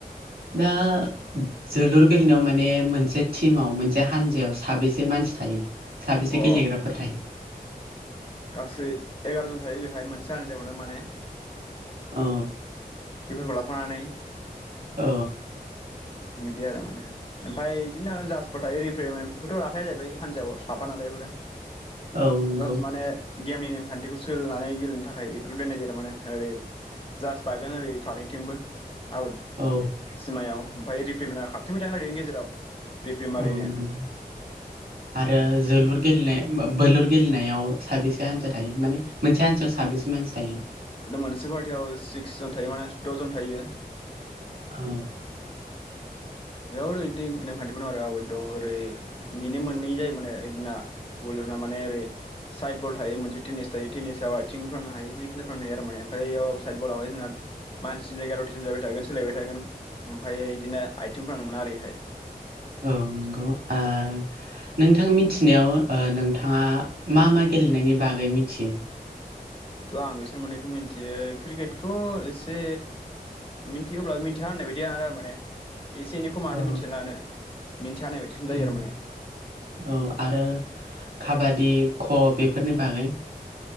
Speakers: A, on the right; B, on the left.
A: दा जोलुर गेलेनायाव माने मोनसे टिमाव मोनसे हानजायाव साबेसे मानसि थायो? साबेसे
B: अ
A: गेलेग्राफोर थायो?
B: गासै एगार'जन थायो बेहाय मोनसे हानजायावनो माने
A: अ
B: खिफोरखौ लाफानानै
A: अ
B: बिदि आरो माने ओमफाय बिदिनो हागोन जासफोर थायो रिफेमखौथ' लाफाया जाहैबाय हान्जायाव साफा नालाय बेफोरो
A: औ नंगौ
B: दास माने गेमनि नेमखान्थिखौ सोलिनानै गेलेनो थाखाय बेफोरखौ दोननाय जादों माने ओरै जास थागोन ओरै फारनैथिंबो आउट
A: औ
B: सिमायाव फाये रिब प्रेमिनार खारथिंबाय थागोन ओरैनि गेजेराव रिपेम मारिनो
A: औ नंगौ आरो जोलुर गेलेनाय बा बोलुर गेलेनायाव साबेसे हान्जा थायो माने मोनसे हान्जायाव साबेसे मानसि थायो
B: खिन्थु मोनसे फार्टियाव सिक्स जन थायो माने दजन थायो
A: औ
B: <unintelligible> ओमफायो इदिनो <unintelligible> मोना ओरैहाय
A: औ नोंगौ आ नोंथां मिथिनायाव ओ नोंथाङा मा मा गेलेनायनि बागै मिथियो
B: थ' आं बिसोर मोननैखौ मिनथियो क्रिकेटखौ एसे मिनथियोब्ला मिनथिया होननाय बायदि <unintelligible> एसे एनैखौ मानो
A: औ
B: मिनथिना लानो मिन्थिया होननाय बायदिसिन
A: उम
B: जायो आरो माने
A: औ आरो खाबादि ख बेफोरनि बागै